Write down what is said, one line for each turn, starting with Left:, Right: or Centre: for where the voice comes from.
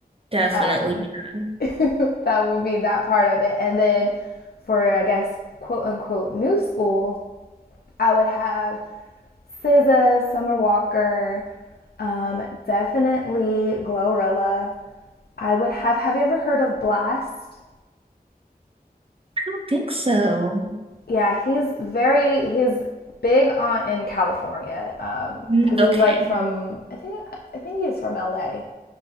Right: definitely.
Left: Um,
Right: I
Left: <laughs> that would be that part of it. And then for, I guess, quote unquote, new school I would have SZA, Summer Walker, um, definitely Glorilla. I would have. Have you ever heard of Blast?
Right: don't think so.
Left: Yeah, he's very he's big on in California
Right: Mm,
Left: because he's
Right: okay.
Left: like from I think I think he's from LA.